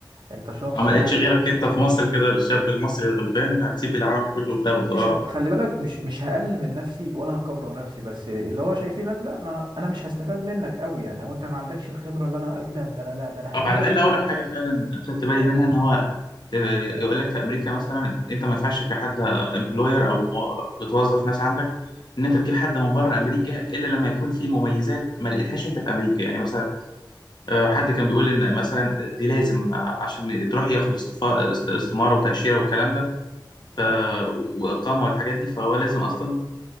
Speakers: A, on the right (about 70°); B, on the left (about 65°).
A: انت شخص
B: اه ما
A: يعني
B: لقيتش غيرك
A: برضه
B: انت
A: ايه
B: في مصر كده الشاب المصري الغلبان هتسيب العالم كله وتاخده
A: مش
B: اه
A: خلي بالك مش مش هقلل من نفسي ولا هكبر نفسي بس اللي هو شايفينك لا ما انا مش هستفاد منك قوي يعني او انت ما عندكش الخبره اللي انا ايه ده ده انا لا ده انا
B: او
A: هجيبك
B: على الاقل
A: من
B: اقول
A: عندك
B: لك حاجه فعلا خدت بالي
A: اه
B: منها ان هو آه، يقول لك في امريكا مثلا انت ما ينفعش كحد امبلوير او مو- بتوظف ناس عندك ان انت تجيب حد من بره امريكا الا لما يكون في مميزات ما لقيتهاش انت في امريكا يعني مثلا آه، حد كان بيقول ان مثلا دي لازم عشان تروح ياخد استفا... است- استماره وتاشيره والكلام ده ف...
A: اه
B: واقامه والحاجات دي فهو لازم اصلا